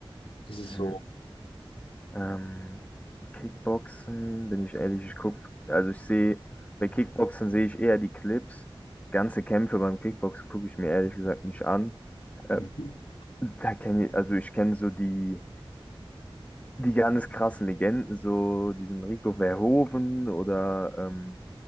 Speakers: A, on the left; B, on the left.
A: ist es
B: Mhm.
A: so
B: Ähm, Kickboxen, bin ich ehrlich, ich gucke, also ich sehe, bei Kickboxen sehe ich eher die Clips. Ganze Kämpfe beim Kickboxen gucke ich mir ehrlich gesagt nicht an. Äh,
A: mhm.
B: da kenne ich, also ich kenne so die, die ganz krassen Legenden, so diesen Rico Verhoeven oder ähm,